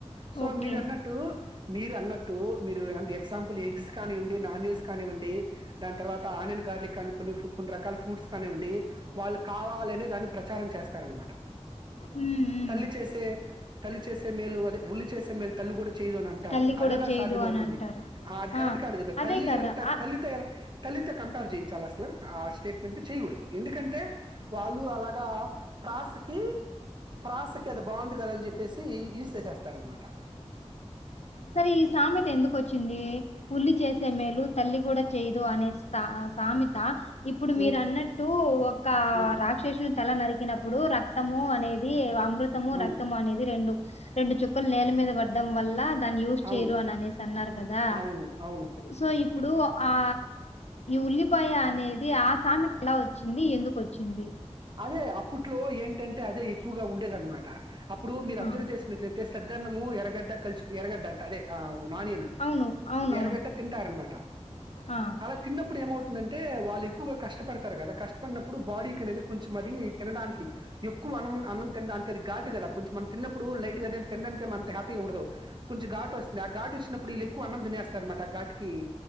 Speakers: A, on the right; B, on the left.
A: సో
B: ఓకే
A: మీరు అన్నట్టు మీరు అన్నట్టు మీరు అంటే ఎగ్జాంపుల్ ఎగ్స్ కానివ్వండి నాన్వెజ్ కానివ్వడి దానీ తర్వాత ఆనియన్ గార్లిక్ కా కొ కొన్ని రకాల ఫ్రూట్స్ కానివ్వండి వాళ్ళు కావాలనే దాన్ని ప్రచారం చేస్తారనమాట
B: ఉమ్ ఉమ్
A: తల్లి చేసే తల్లి చేసే మేలు ఉల్లి చేసే మేలు తల్ కూడా చేయదు అని అంటారు
B: తల్లి కూడా
A: అదెలా
B: చేయదు
A: సాధ్యం
B: అని
A: అవుతుంది
B: అంటారు
A: అది కరెక్ట్
B: ఆ
A: కాదు కదా
B: అదే
A: తల్లి
B: కదా
A: ఎంత
B: ఆ
A: తల్లి తో ఎలా తల్లిత కంపేర్ చేయించాల అసలు ఆ స్టేట్మెంట్ చేయకూడదు ఎందుకంటే వాళ్ళు అలాగా ప్రాస్కి ప్రాస్ క అది బాగుంది కదని చెప్పేసి ఈజ్ చేసేస్తారనమాట
B: సరే ఈ సామెత ఎందుకు వచ్ చ్చింది ఉల్లి చేసే మేలు తల్లి కూడా చేయ్యదు అనే సామెత ఇప్పుడు మీరు
A: ఉమ్,
B: అన్నట్టు ఒక
A: ఉమ్,
B: రాక్షసుని తల నరికి కినప్పుడు రక్తము అనేది అమృతము
A: అవును
B: రక్తము అనేది రెండు రెండు చుక్కలు నేల మీద పడ్డం వల్ల దాన్ని యూస్
A: అవును
B: చేరు అని అనే అన్నారు కదా
A: అవును అవును
B: సో ఇప్పుడు ఆ ఉల్లిపాయ అన్ అనేది ఆ సామెత ఎలా వచ్చింది ఎందుకొచ్చింది
A: అదే అప్పట్లో ఎన్ టంటే అదే ఎక్కువగా ఉండేదనమాట టా అప్ ప్పుడు మీరు అబ్జర్వ
B: ఆ
A: చేసినట్లయితే చద్దన్నము ఎరగడ్డ కలుసు ఎరగడ్డ అంట అదే ఆ నానియను
B: అవును అవునవును
A: ఎరగడ్డ తింటారు అనమాట
B: ఆ
A: అలా తిన్నప్పుడు ఏమవుతు ఏందంటే వాళ్ళు ఎక్కువగా కష్టపడతారు కదా కష్ న్నప్పుడు బాడీకి అనే కొంచం మరి తినడానికి ఎక్కువ అన్నం అన్నం తినడానికి అది ఘాటు కదా కొంచెం మన తిన్నప్పుడు లైట్గాద ఏం తినడానికి అంత హ్యాపీగా ఉండదు కొంచెం ఘాటు వస్తుంది ఆ ఘాటు వచ్చినప్పుడు వీళ్లు ఎక్కువ అన్నం తినేస్తారు అనమాట ఘాటికి